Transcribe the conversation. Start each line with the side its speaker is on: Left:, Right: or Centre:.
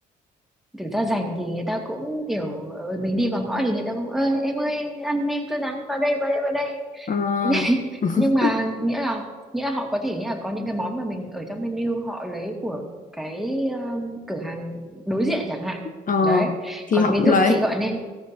Centre: thực ra rành thì người ta cũng kiểu ờ, mình đi vào ngõ thì người ta cũng ơi em ơi ăn nem cho rán vào đây vào đây vào đây
Left: ờ
Centre: <laughs>
Left: <laughs>
Centre: nhưng mà nghĩa là nghĩa là họ có thể nghĩa là có những cái món mà mình ở trong menu họ lấy của cái um, cửa hàng đối diện chẳng hạn
Left: ờ
Centre: đấy
Left: thì
Centre: còn
Left: họ
Centre: ví
Left: cũng
Centre: dụ
Left: lấy
Centre: chị gọi nem